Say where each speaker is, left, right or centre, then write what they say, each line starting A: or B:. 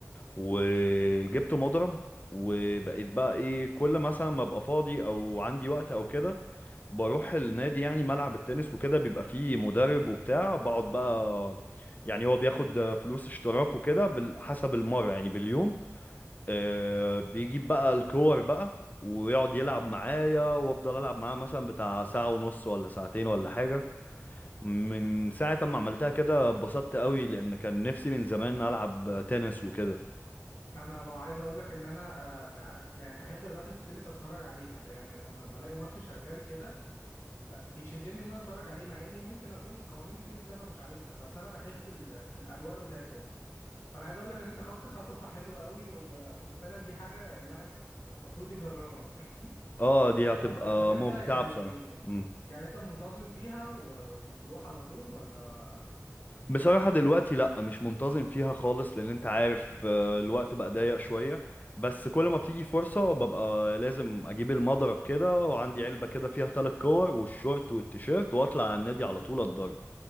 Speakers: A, on the left; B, on the left.
A: وجبت مضرب وبقيت بقى ايه كل مثلا ما ابقى فاضي او عندي وقت او كده بروح النادي يعني ملعب التنس وكده بيبقى فيه مدرب وبتاع بقعد بقى يعني هو بياخد فلوس اشتراك وكده بال- حسب المرة يعني باليوم آه، بيجيب بقى الكور بقى ويقعد يلعب معايا وافضل العب معاه مثلا بتاع ساعة ونص ولا ساعتين ولا حاجة من ساعة ما عملتها كده اتبسطت قوي لان كان نفسي من زمان العب تنس وكده
B: انا بقى عايز اقول لك ان انا آه أنا- يعني بحب رياضه التنس اتفرج عليها يعني لما بلاقي ماتش شغال كده ب- بيشدني ان انا اتفرج عليه مع اني ممكن اكون قوانين كتير في اللعبه مش عارفها بس انا بحب ال... الاجواء بتاعتهم فانا عايز اقول لك ان انت خدت خطوه <laughs> حلوه قوي و... وفعلا دي حاجه الواحد المفروض يجربها
A: اه
B: <laughs>
A: دي هتبقى
B: طب طب انت
A: ممتعة
B: يعني
A: بصراحة مم.
B: يعني انت منتظم فيها و... وبتروح على طول ولا
A: بصراحة دلوقتي لا مش منتظم فيها خالص لان انت عارف آه، الوقت بقى ضيق شوية بس كل ما بتيجي فرصة ببقى لازم اجيب المضرب كده وعندي علبة كده فيها تلات كور والشورت والتيشيرت واطلع على النادي على طول اتدرب